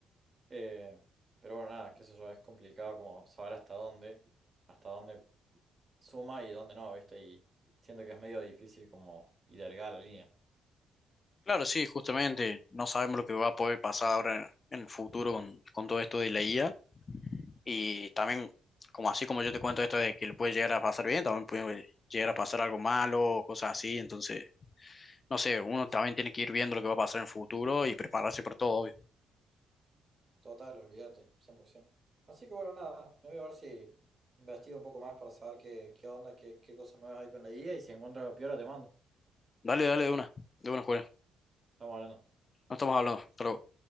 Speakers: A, on the right; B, on the left.
A: Eh, pero bueno, nada, qué sé yo, es complicado como saber hasta dónde, hasta dónde suma y dónde no, ¿viste? Y siento que es medio difícil como hilargar la línea.
B: Claro, sí, justamente no sabemos lo que va a poder pasar ahora en el futuro con, con todo esto de la IA. Y también, como así como yo te cuento esto de que le puede llegar a pasar bien, también puede llegar a pasar algo malo, cosas así. Entonces, no sé, uno
A: Sí,
B: también
A: sí.
B: tiene que ir viendo lo que va a pasar en el futuro y prepararse por todo, obvio.
A: Total, olvídate, 100%. Así que bueno, nada, me voy a ver si investigo un poco más para saber qué, qué onda, qué, qué cosas nuevas hay con la guía y si encuentro algo piola te mando.
B: Dale, dale de una, de una, Julián.
A: Estamos hablando.
B: No estamos hablando. Hasta luego.